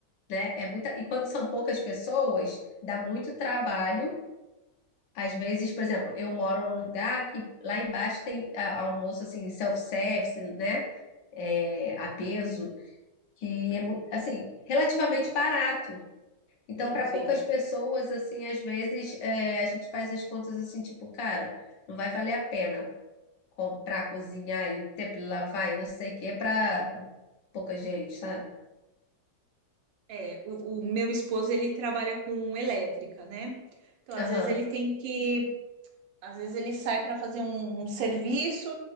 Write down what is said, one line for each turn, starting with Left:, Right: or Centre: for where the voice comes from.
Left: Né? É muita... E quando são poucas pessoas, dá muito trabalho. Às vezes, por exemplo, eu moro num lugar que lá embaixo tem a- almoço assim, self-service, né? É, a peso, que é mu- assim, relativamente barato. Então,
Right: Sim,
Left: para
Right: sim.
Left: poucas pessoas, assim, às vezes é, a gente faz as contas assim, tipo, cara, não vai valer a pena comprar, cozinhar e o tempo de lavar e não sei o quê para pouca gente, sabe?
Right: É, o, o meu esposo, ele trabalha com elétrica, né? Então, às
Left: Aham.
Right: vezes ele tem que Às vezes ele sai para fazer um, um serviço